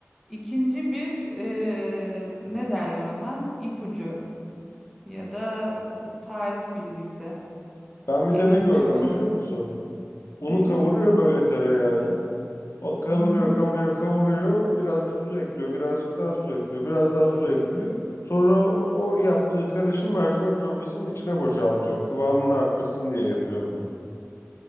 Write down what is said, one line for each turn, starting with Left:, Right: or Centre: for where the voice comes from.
Centre: ikinci bir eee, ne derler ona ipucu ya da e, tarif bilgisi
Left: Ben bir
Centre: edinmiş
Left: de ne gördüm
Centre: oldum.
Left: biliyor musun? Unu
Centre: Ne
Left: kavuruyor
Centre: gördün?
Left: böyle tereyağıyla. O kavuruyor,
Centre: Hı hı.
Left: kavuruyor, kavuruyor. Birazcık su ekliyor, birazcık daha su ekliyor, biraz daha su ekliyor. Sonra o yaptığı karışım mercimek çorbasının içine boşaltıyor. Kıvamını arttırsın diye yapıyor bunu.